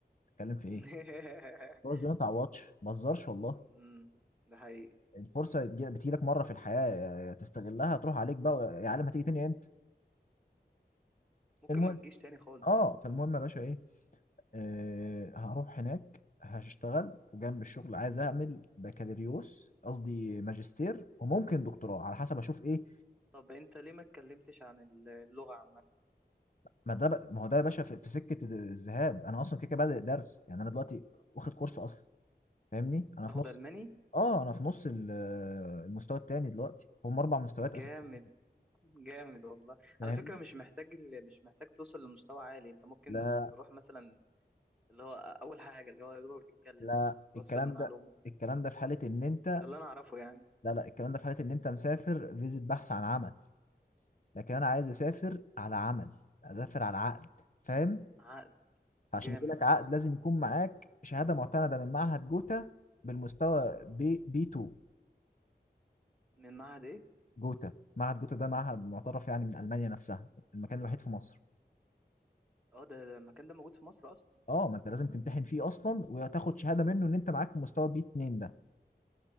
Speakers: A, on the left; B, in the centre.
A: تتكلم في
B: <laughs>
A: ايه فرص دي ما تعوضش بهزرش والله
B: امم ده حقيقي
A: الفرصه بتجي- بتجيلك مره في الحياه يا- يا تستغلها تروح عليك بقى يا عالم هتيجي تاني امتى
B: ممكن
A: المهم
B: ما تجيش تاني خالص
A: اه فالمهم يا باشا ايه آه هروح هناك هشتغل وجنب الشغل عايز اعمل بكالوريوس قصدي ماجستير وممكن دكتوراه على حسب اشوف ايه
B: طب انت ليه ما اتكلمتش عن اللغة عامة
A: ما ده ب- ما هو ده يا باشا في, في سكه الذهاب انا اصلا كده كده بادئ درس يعني انا دلوقتي واخد كورس اصلا فاهمني انا
B: تاخد
A: في نص
B: الماني
A: اه انا في نص ال- المستوى التاني دلوقتي هم اربع مستويات
B: جامد
A: اساسيين
B: جامد والله
A: فاهمني
B: على فكرة مش محتاج ال- مش محتاج توصل لمستوى عالي انت ممكن
A: لا
B: تروح مثلا اللي هو اول حاجه اللي هو يا دوبك بتتكلم
A: لا
B: بس بتوصل
A: الكلام
B: المعلومه
A: ده الكلام ده في حاله ان انت
B: ده اللي انا اعرفه يعني
A: لا لا الكلام ده في حاله ان انت مسافر فيزيت بحث عن عمل لكن انا عايز اسافر على عمل اسافر على عقد فاهم
B: عقد
A: فعشان
B: جامد
A: يجي لك عقد لازم يكون معاك شهاده معتمده من معهد جوتا بالمستوى بي بي 2
B: من معهد ايه
A: جوتا معهد جوتا ده معهد معترف يعني من المانيا نفسها المكان الوحيد في مصر
B: اه ده ده المكان ده موجود في مصر اصلا
A: اه ما انت لازم تمتحن فيه اصلا وتاخد شهاده منه ان انت معاك مستوى بي 2 ده